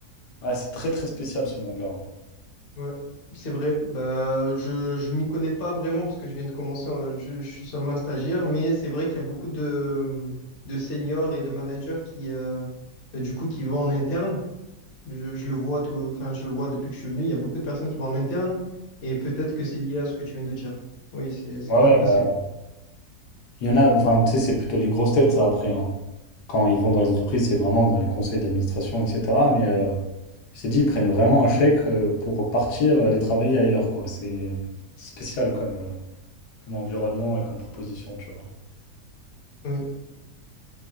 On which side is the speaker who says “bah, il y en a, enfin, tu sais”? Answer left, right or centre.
Left